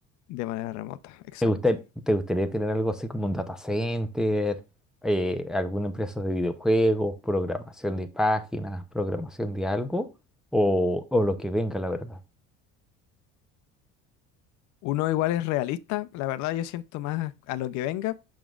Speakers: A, on the left; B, in the centre.
A: de manera remota, exacto.
B: ¿Te gusta- te gustaría tener algo así como un data center, eh, alguna empresa de videojuegos, programación de páginas, programación de algo? O, o lo que venga, la verdad.
A: Uno igual es realista, la verdad yo siento más a lo que venga.